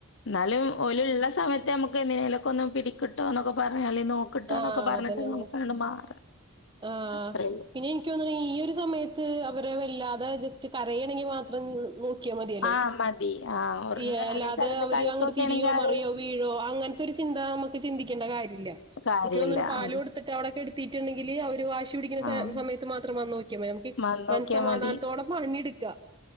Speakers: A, on the left (about 60°); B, on the right (about 20°).
A: ന്നാലും ഒല്ള്ള സമയത്ത് നമുക്ക് എന്തിനേലും. കൊന്ന് പിടിക്ക് ട്ടോ എന്നൊക്കെ പറഞ്ഞാല് നോ കിട്ടോന്നൊക്കെ
B: ആഹ്
A: പറഞ്ഞിട്ട്
B: അതന്നെന്ന്
A: അമുക്കങ്ങട്ട് മാറാൻ
B: ആഹ്
A: അത്രേ ഉള്ളൂ
B: പിന്നെ എനിക്ക് തോന്ന്ണ് ഈ ഒരു സമയത്ത് അവരെ വല്ലാതെ ജസ്റ്റ് കരയേണെങ്കിൽ മാത്രം നോ ക്യാ മതിയല്ലോ
A: ആഹ് മതി. ആഹ് ഒറങ്ങാ
B: ഈ അല്ലാതെ
A: അല്ലെ കെടന്ന്
B: അവര്
A: കളിക്കൊക്കേണെങ്കി
B: അങ്ങട്ട് തിരിയോ
A: ആരേലും
B: മറിയോ വീഴോ അങ്ങൻത്തെ ഒരു ചിന്ത അമ്മക്ക് ചിന്തിക്കേണ്ട കാര്യല്ല
A: കാര്യല്ല.
B: എനിക്കോന്ന്ണ് പാല്
A: ഉം
B: കൊടു ത്തിട്ട് അവിടെ കെട്ത്തീ ട്ടുണ്ടെങ്കില് അവര് വാശി പിടിക്കുന്ന
A: ആഹ്.
B: സേ സമയത്ത് മാത്രം വന്നോക്കിയാമതി നമ്മക്ക് ഈ
A: വന്നോക്കിയാ
B: മനസ്സമാധാനത്തോടെ
A: മതി.
B: പണിടുക്കാം